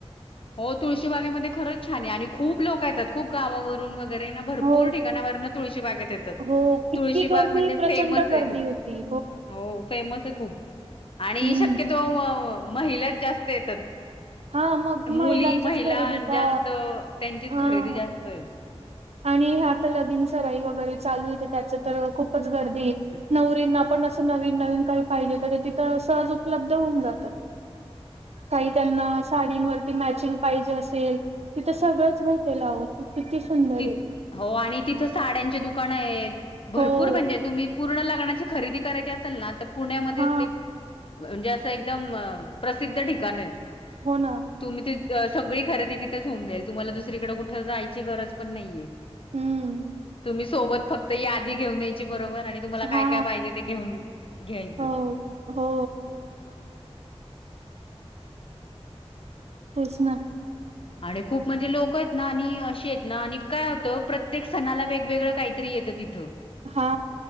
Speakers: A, on the left; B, on the right.
A: हो तुळशीबागेमध्ये खरंच छान आहे आणि खूप लोक येतात, खूप गावावरून वगरे ना भरपूर
B: हो
A: ठिकाणावरनं तुळशीबागेत येतात,
B: हो
A: तुळशीबाग
B: इतकी गर्दी
A: म्हणजे
B: प्रचंड
A: फेमस ये
B: गर्दी
A: खूप
B: होती.
A: हो फेमस ये खूप आणि
B: हम्म.
A: शक्यतो महिलाच जास्त येतात.
B: हा मग
A: मुली,
B: महिलांच्याच
A: महिला
B: खरेदीचा
A: जास्त त्यांचीच
B: हा
A: खरेदी जास्तये.
B: आणि हे आता लगीन सराई वगैरे चालूये, तर त्याचं तर खूपच गर्दी नवरींना पण असं नवीन नवीन काही पाहिजे, तर ते तिथं सहज उपलब्ध होऊन जातं.
A: <inaudible>
B: काही त्यांना साडींवर ते मॅचिंग पाहिजे असेल, तिथे सगळेच भेटेल अहो किती सुंदर
A: ती
B: आहे.
A: हो आणि तिथं साड्यांचे दुकानंयेत भरपूर
B: हो
A: म्हणजे तुम्ही पूर्ण लग्नाची खरेदी करायची असेल ना, तर पुण्यामध्ये
B: हा
A: ते म्हणजे असं एकदम प्रसिद्ध ठिकाणंयेत.
B: हो ना
A: तुम्ही ती सगळी खरेदी तिथेच होऊन जाईल. तुम्हाला दुसरीकडे कुठे जायची गरज पण नाहीये.
B: हम्म.
A: तुम्ही सोबत फक्त यादी घेऊन यायची बरोबर आणि तुम्हाला काय
B: हा
A: काय पाहिजे ते घेऊन घ्यायचं.
B: हो हो तेच ना.
A: आणि खूप म्हणजे लोक आहेत ना, आणि अशी आहेत ना, आणि काय होतं प्रत्येक सणाला वेगवेगळं काही. त्री येतं तिथं.
B: हा